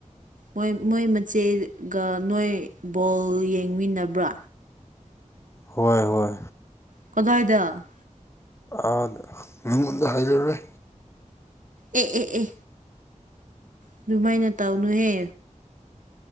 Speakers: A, on the right; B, on the left.
A: ꯃꯣꯏ ꯃꯣꯏ ꯃꯆꯦꯒ ꯅꯣꯏ ꯕꯣꯜ ꯌꯦꯡꯃꯤꯟꯅꯕ꯭ꯔꯥ
B: ꯍꯣꯏ ꯍꯣꯏ
A: ꯀꯗꯥꯏꯗ
B: ꯑꯗ ꯃꯤꯉꯣꯟꯗ ꯍꯥꯏꯔꯔꯣꯏ
A: ꯑꯦ ꯑꯦ ꯑꯦ ꯑꯗꯨꯃꯥꯏꯅ ꯇꯧꯅꯨꯍꯦ